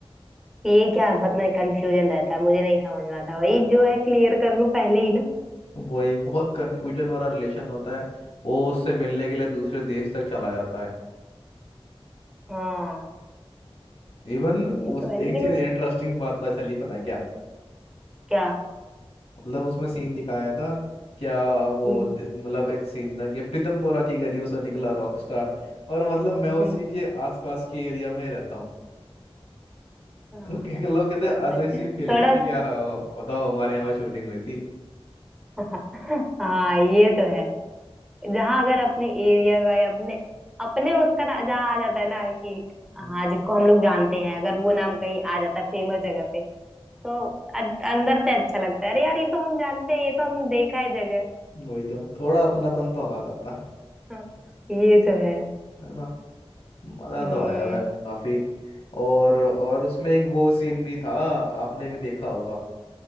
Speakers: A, in the centre; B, on the left.
A: ये क्या पता नहीं कंफ्यूजन रहता है मुझे नहीं समझ में आता वही
B: और-
A: जो है क्लियर कर लो पहले ही ना
B: वही बहुत कंफ्यूजन वाला रिलेशन होता है वो उससे मिलने के लिए दूसरे देश तक चला जाता है
A: हाँ
B: इवन
A: ये
B: उस
A: तो है लेकिन
B: एक चीज इंटरेस्टिंग बात पता चली पता है क्या
A: क्या
B: मतलब उसमें सीन दिखाया था क्या वो
A: हम्म
B: दि- मतलब एक सीन था कि पीतमपुरा की गलियों से निकला रॉकस्टार और मतलब मैं
A: हम्म,
B: उसी के आसपास के एरिया में ही रहता हूँ
A: हाँ
B: तो क्या क्या लोग कहते अजीब
A: और
B: सी
A: थोड़ा
B: फीलिंग थी कि यार आओ, बताओ हमारे यहाँ पर शूटिंग हुई थी
A: <laughs> हाँ ये तो है जहाँ अगर अपने एरिया का या अपने अपने उसका ना जहाँ आ जाता है ना कि हाँ
B: हाँ,
A: जिसको हम लोग जानते हैं अगर वो नाम कहीं आ जाता है फेमस जगह पे तो अ- अंदर से अच्छा लगता है अरे यार ये तो हम जानते हैं ये तो हम देखा है जगह
B: वही तो थोड़ा अपनापन तो आ
A: वही
B: जाता है
A: हाँ, ये तो है
B: है ना मजा
A: हम्म
B: तो आया वैसे काफी और और उसमें एक वो सीन भी था आपने भी देखा होगा